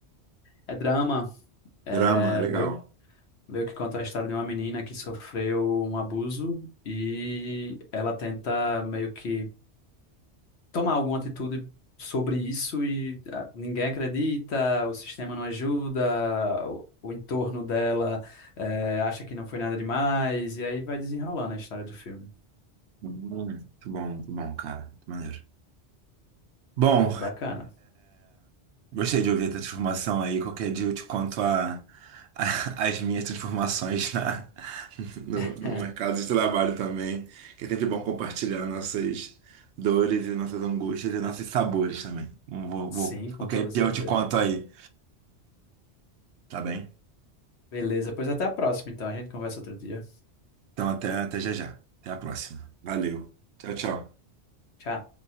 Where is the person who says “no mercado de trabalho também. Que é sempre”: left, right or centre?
Right